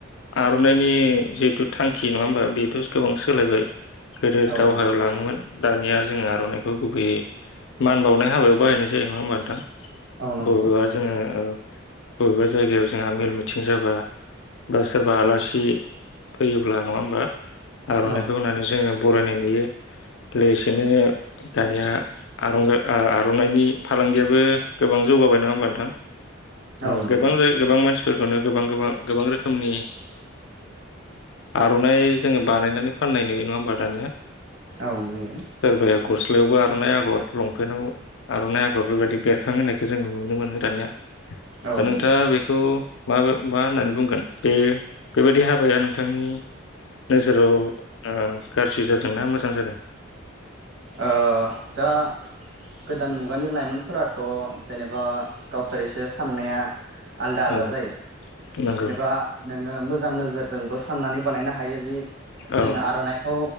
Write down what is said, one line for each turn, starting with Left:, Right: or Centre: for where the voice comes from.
Left: आर'नाइनि जिहेथु थांखि नङा होमबा बेथ' गोबां सोलायबाय। गोदो
Right: औ
Left: दाउ
Right: औ
Left: दानिया जोङो आर'नाइखौ गुबैयै मान बावनाय हाबायाव बाहायनाय जायो नङा होमबा नोंथां?
Right: औ नंगौ
Left: बबेबा जोङो ओ बबेबा जायगायाव जोंहा मेल मिटिं जाबा बा सोरबा आलासि फैयोब्ला नङा होमबा। आर'नाइखौ
Right: औ
Left: होनानै जोङो। बरायनाय नुयो। लोगोसेनो दानिया आरंग <unintelligible> ओ आर'नाइनि फालांगियाबो गोबां जौगाबाय नङा होमबा नोंथां। ओ
Right: औ नंगौ
Left: गोबां जाय गोबां मानसि। <unintelligible> गोबां गोबां गोबां रोखोमनि। आर'नाइ। <unintelligible> बानायनानै फाननाय नुयो नङा होमबा दानिया।
Right: औ नुयो
Left: सोरबाया गस्लायावबो आरो। <unintelligible> आगर लंपेन्टाव आर'नाइ आगर बेबायदि बेरखां होननायखौ जों नुनो मोनो दानिया।
Right: औ
Left: दा नोंथाङा
Right: नुयो
Left: बेखौ। म मा होननानै बुंगोन बे बेबायदि हाबाया नोंथांनि नोजोराव ओ गाज्रि जादोंना। <unintelligible> <unintelligible>
Right: ओ दा गोदान मुगानि लाइमोनफोराथ' जेनेबा गावसोर एसे साननाया। आलदा आलदा
Left: औ
Right: जायो
Left: नंगौ
Right: जेनेबा नोङो मोजां नोजोरजोंबो साननानै बानायनो हायो जि जोङो
Left: औ
Right: आर'नाइखौ